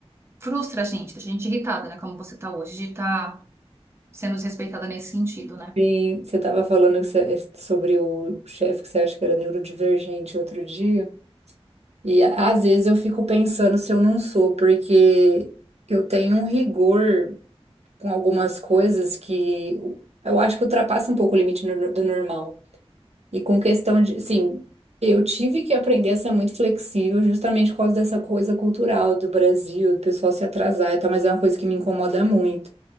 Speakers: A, on the right (about 25°); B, on the right (about 80°).
A: frustra a gente, deixa a gente irritada, né? Como você tá hoje, de estar sendo desrespeitada nesse sentido, né?
B: sim, você estava falando que você- sobre o chefe que você acha que era neurodivergente outro dia, e a- às vezes eu fico pensando se eu não sou, porque eu tenho um rigor com algumas coisas que eu acho que ultrapassa um pouco o limite no- do normal. E com questão de, assim, eu tive que aprender a ser muito flexível justamente por causa dessa coisa cultural do Brasil, do pessoal se atrasar e tal, mas é uma coisa que me incomoda muito.